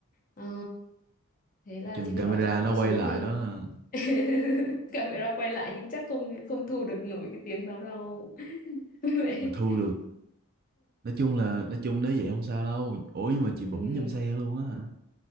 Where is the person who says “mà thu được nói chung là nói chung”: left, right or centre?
Right